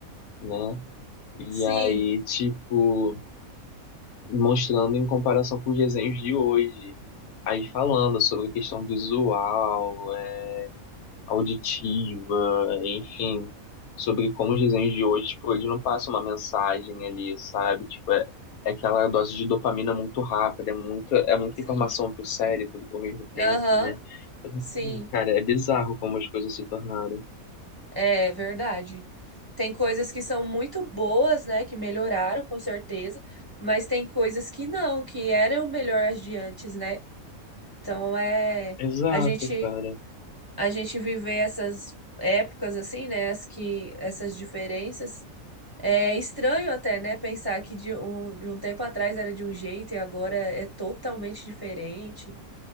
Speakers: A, on the left; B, on the right.
A: né? E
B: Sim.
A: aí, tipo, mostrando em comparação com os desenhos de hoje. Aí falando sobre questão visual, é, auditiva, enfim, sobre como os desenhos de hoje, tipo, eles não passam uma mensagem ali, sabe? Tipo, é, é aquela dose de dopamina muito rápida, é muita, é muita
B: Sim.
A: informação pro cérebro ao mesmo tempo,
B: Aham,
A: né? Então,
B: sim,
A: assim, cara, é bizarro como as coisas se tornaram.
B: é verdade. Tem coisas que são muito boas, né, que melhoraram com certeza, mas tem coisas que não, que eram melhores de antes, né? Então é
A: Exato,
B: a gente
A: cara.
B: a gente viver essas épocas assim, né, as que essas diferenças é estranho até, né, pensar que de um, de um tempo atrás era de um jeito e agora é totalmente diferente.